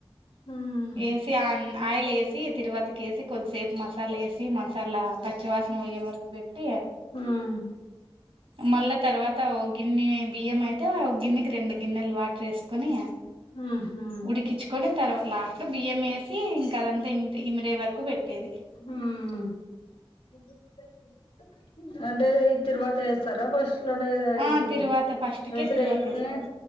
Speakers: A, on the left; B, on the right.
A: హ్మ్.
B: వేసి ఆ ఆయిల్ వేసి తిరువాతికేసి కొంచం సేపు మగ్ మసాలా వేసి మసాలా పచ్చివాసన పోయ్యే వరకు పెట్టి
A: హ్మ్.
B: మళ్ళా తర్వా ఓ గిన్నె బియ్యం అయితే ఓక్ గిన్నెకి రెండు గిన్నెలు వాటర్ వేసుకొని
A: ఆహా
B: ఉడికించుకొని తర్వా లాస్ట్ లో బియ్యం వేసి ఇంకా అదంతా ఇ ఇమిరే వరకు పెట్టేది
A: ఉమ్ అంటే ఈ తిరువాత ఏస్తారా ఫస్ట్ ఇట్లానే
B: ఆ
A: ఇది
B: తిరువాత ఫస్ట్ కే
A: ఏసరేకనే
B: తిరువాత వేస్తాం